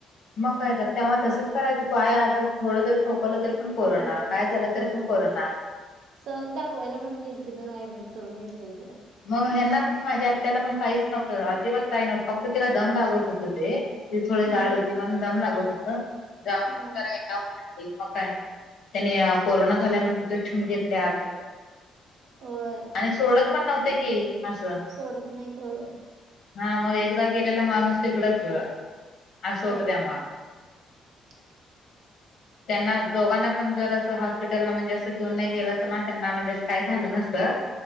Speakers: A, on the left; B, on the right.
A: मग काय तर तेव्हा तसंच करायचं काय आजर थोडं जरी खोकवलं तर पण कोरोना
B: होय
A: काय झालं तरी
B: होय
A: पण कोरोना!
B: सहज दाखवायला म्हणून गेल ति तर ऍडमिट करून घेतलेल तिला.
A: मग हेना पण माझ्या आत्याला पण काहीच नव्हतं अजिबात काही नव्हतं फक्त तिला दम लागत होत ते ती थोड जाड
B: हा
A: होती पण दम लागत होत जाऊन
B: हा
A: म्हणली मग काय त्यानी कोरोना झाला म्हण तिथ ठेवून घेतल्या
B: होय!
A: सोडत पण नव्हते की! असं
B: सोडत नाहीत होय.
A: हा मग एकदा गेलेला माणूस तिकडच असं
B: होय.
A: होतं तेव्हा.
B: <inaudible>
A: त्यांना दोघांना पण जर असं हॉस्पिटलला म्हणजे असं घेऊन नाही गेलं अस ना त्यांना म्हणजे काय झालं नसतं.